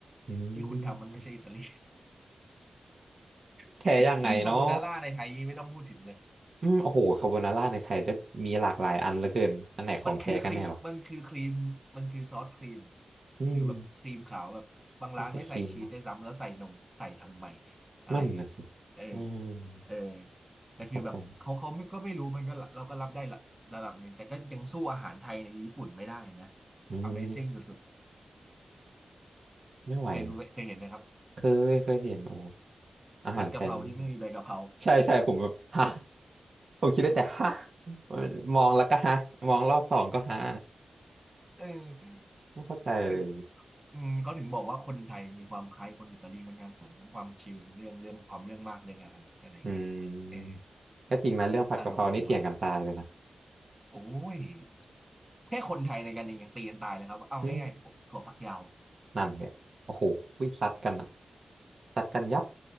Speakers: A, on the right (about 65°); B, on the right (about 15°).
A: อืม
B: ที่คุณทำมันไม่ใช่อิตาลี
A: แท้ยังไงเนาะ
B: <laughs> ยิ่งคาโบนาร่าในไทยไม่ต้องพูดถึงเลย
A: อืมโอ้โหคาโบนาร่าในไทยจะมีหลากหลายอันเหลือเกินอันไหนของแท้กันแน่วะ
B: มันคือครีมมันคือครีมมันคือซอสครีม
A: อืม
B: คือแบบครีมขาวแบบบางร้านไม่ใส่ชีสได้วยซ้ำแล้วใส่นมใส่ทำไม
A: มีแต่ครีมเนาะ
B: อะไรอย่างเงี้ยเออ
A: นั่นนะสิอืม
B: เออแต่คือแบบเขาเขาไม่ก็ไม่รู้มันก็ละเราก็รับได้ละระดับหนึ่งแต่ก็ยังสู้อาหารไทยในญี่ปุ่นไม่ได้นะ
A: เข้าใจอืม
B: Amazing สุดๆเคยรู้ไหมเคยเห็นไหมครับ
A: ไม่ไหวนะเคยเคยเห็นโอ้อาหารไทยนี่
B: ผัดกะเพราที่ไม่มีใบกะเพรา
A: ใช่ใช่ผมแบบฮะผมคิดได้แต่ฮะมองแล้วก็ฮะมองรอบสองก็ฮะ
B: เออ
A: ไม่เข้าใจเลย
B: แต่อืมเขาถึงบอกว่าคนไทยมีความคล้ายคนอิตาลีค่อนข้างสูงทั้งความชิลทั้งเรื่องเรื่องความเรื่องมากเรื่องอาหารอะไรอย่างเงี้ยเออ
A: อืมก็จริงนะเรื่องผัดกะเพรานี่เถียงกันตายเลยนะ
B: อารมณ์ประมาณนึงโอ้ยแค่คนไทยในกันเองยังตีกันตายเลยครับเอาง่ายๆถั่วถั่วฝักยาว
A: อืมนั่นเนี่ยโอ้โหวิซัดกันอะซัดกันยับ